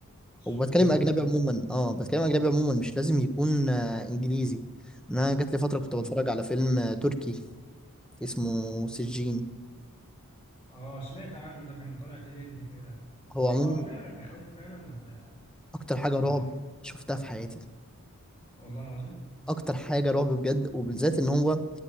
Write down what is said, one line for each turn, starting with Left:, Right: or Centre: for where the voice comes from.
Left: سو
Centre: وبتكلم
Left: أه
Centre: اجنبي
Left: شفته
Centre: عموما اه بتكلم اجنبي عموما مش لازم يكون آه انجليزي انا جات لي فتره كنت
Left: أه
Centre: بتفرج على فيلم آه، تركي اسمه سجين
Left: أه سمعت عنه ده كان طالع ترند كده
Centre: هو
Left: هو
Centre: عموما
Left: رعب فعلا بيخوف فعلا ولا
Centre: اكتر حاجه
Left: ولا
Centre: رعب
Left: إيه
Centre: شفتها في حياتي
Left: والله العظيم
Centre: اكتر حاجه رعب بجد وبالذات ان هو